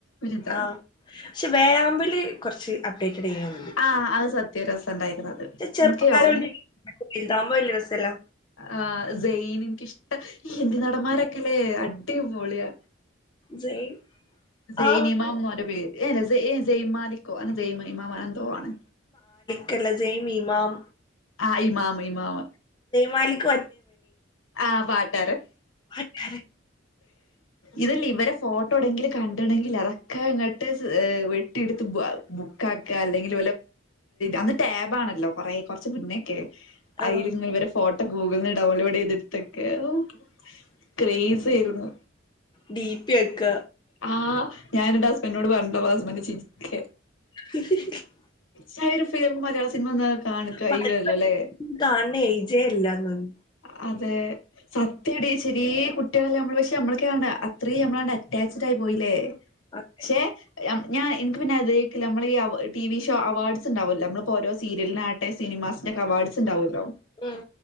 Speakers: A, on the left; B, on the left.
A: ഒരിതാ
B: ആപക്ഷെ വേയാമ്പല് കുറച്ച് അപഡേറ്റ് ഒരിങ്ങി മതി
A: ആഹ് അത് സത്യ രസണ്ടായിരുന്നു അത്
B: ചെറുപ്പക്കാരുതാകുമ്പോ
A: ഇൻക്ക് ഓനിം
B: വലിയ രസല്ല
A: ആ സയിന് എനിക്ക് ഇഷ് ഈ ഇന്ത്യ നടന്മാരൊക്കെല്ലേ അടിപോളിയാ
B: ജയ്
A: ജയ്ൻ
B: ആ
A: ഇമാം എ ന്ന് പറ പേര് ഏല്ലയ് ജയ്മാലിക്കോ അന ജയ് ഇമ ഇമാം എ തോആ ണ്
B: കല്ല സയിൻഇമാം
A: ആ ഇമാമ ഇമാമ
B: മാലിക്
A: ആ പാട്ട
B: പാട്ട്
A: ഇതല്ലേ ഇവരെ ഫോട്ടോ എടെങ്കില കണ്ടണെങ്കിൽ അതൊക്കെ അങ്ങോട്ട് വെട്ടിയെടു ബുക്കാക്ക അല്ലെങ്കിൽ അന്ന് ടാബ്ആണല്ലോ കുറേ കുറച്ച് മു ന്നേക്കെ
B: ആ
A: അയിൽ ഇങ്ങ വരെ ഫോട്ടോ ഗൂഗിളന്ന് ഡൗൺലോഡ് ചെയ്തെടുത്തൊക്കെ അഹു ക്രേസ് ആയിരുന്നു
B: ഡി പി ഒക്കെ
A: ആ ഞാന് എന്റെ ഹസ്ബന്റി നോട് പറഞ്ഞു ണ്ടോ ഹുസ്ബന്റ് ചിരിക്ക
B: <inaudible>
A: ശകലം ഫ്രീ വരുമ്പോ നമുക്ക് മയാള സിനിമ കാണും കയില്ലല്ലേ
B: പറയുമ്പോ കാണുന്ന ഏജേ അല്ലാന്ന് തോന്നുന്നു
A: അ <unintelligible> സത്യാഡീ ചെറിയ കുട്ടികളല്ലെ നമ്മൾ നമ്മക്കണ്ട് അത്രയും നമ്മളാണ്ട് അറ്റാച്ചഡ് ആയി പോയില്ലേ
B: അതെ
A: പക്ഷെഞാൻ എനിക്ക് പിന്നെ ഇത നമ്മള ഈ ടി വി ഷോ അവാർഡ്സ് ഇ ണ്ടാവകല്ലോ നമ്മിപ്പോ ഓരോ സീ സീരിയലാവട്ടെ സിനിമാന്സ് അവാർഡ്സ് ഉണ്ടാവുമല്ലോ
B: ഉം